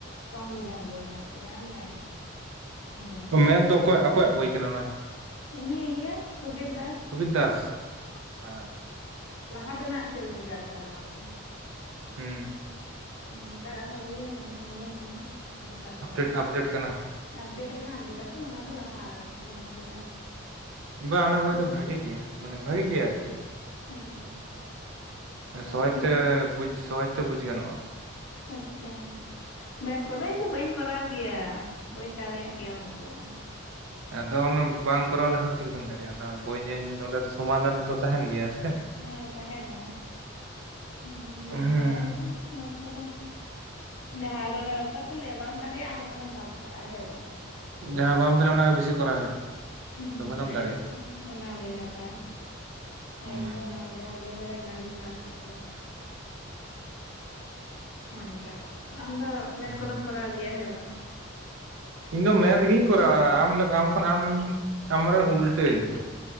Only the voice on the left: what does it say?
ᱥᱚᱝᱵᱤᱫᱷᱟᱱ ᱵᱳᱭ ᱢᱮᱱᱟᱜ ᱛᱤᱧᱟ ᱟᱨ ᱢᱮᱛᱷ ᱤᱱᱟᱹ ᱠᱚ
ᱩᱱᱤ ᱤᱭᱟᱹ ᱥᱩᱵᱤᱨ ᱫᱟᱥ
ᱞᱟᱦᱟ ᱛᱮᱱᱟᱜ ᱪᱮᱞᱮᱧᱡᱟᱨ ᱠᱟᱱᱟ ᱱᱚᱣᱟ ᱫᱚ
ᱱᱮᱛᱟᱨ ᱟᱨᱚ ᱤᱭᱟᱹ ᱠᱟᱱᱟ ᱥᱮ ᱳᱰᱳᱝ ᱠᱟᱱᱟ ᱚᱱᱟᱴᱟᱜ ᱫᱚ
ᱵᱟᱝ
ᱟᱯᱰᱮᱴ ᱠᱟᱱᱟ ᱟᱯᱰᱮᱴᱟᱜ ᱫᱚ ᱚᱱᱟ ᱫᱚ ᱞᱟᱦᱟ ᱞᱟᱦᱟ <unintelligible>
ᱵᱩ
ᱦᱮᱸ ᱦᱮᱸ
ᱦᱮᱸ
ᱵᱳᱭ
ᱟᱪᱪᱷᱟ ᱢᱮᱛᱷ ᱠᱚᱫᱚ ᱤᱧ ᱫᱚ ᱵᱟᱹᱧ ᱠᱚᱨᱟᱣ ᱜᱮᱭᱟ ᱵᱟᱹᱧ ᱫᱟᱲᱮᱭᱟᱜ ᱜᱮᱭᱟ ᱩᱱᱟᱹᱜ ᱫᱚ
ᱦᱮᱸ ᱛᱟᱸᱦᱮᱱᱟ ᱦᱮ ᱵᱟ. ᱧ
ᱠᱚᱨᱟᱣ ᱠᱟᱫᱟ ᱢᱮᱛᱷ ᱠᱚᱫᱚ ᱡᱟᱦᱟᱸ ᱟᱫᱚ ᱚᱱᱟ ᱵᱟᱠᱚ ᱞᱟᱹᱭᱟ ᱵᱟᱢ ᱫᱟᱲᱮᱭᱟᱜᱼᱟ ᱟᱫᱚ ᱚᱱᱟ ᱫᱚᱢ ᱵᱟᱫ ᱠᱟᱜᱼᱟ ᱦᱮᱸ ᱵᱟᱝ
<unintelligible>
ᱚᱱᱟᱜᱮ ᱠᱟᱛᱷᱟ ᱯᱳᱭᱞᱳ
ᱟᱨ ᱡᱟᱦᱟᱸ ᱵᱟᱹᱧ ᱫᱟᱲᱮᱭᱟᱜᱼᱟ ᱚᱱᱟᱜᱮᱧ ᱵᱟᱫ ᱠᱟᱜ ᱫᱚ ᱚᱱᱠᱟ ᱟᱢ ᱫᱚ ᱢᱮᱛᱷ
ᱠᱚᱫᱚᱢ ᱠᱚᱨᱟᱣ ᱜᱮᱭᱟ ᱦᱮᱸ ᱵᱟᱝ?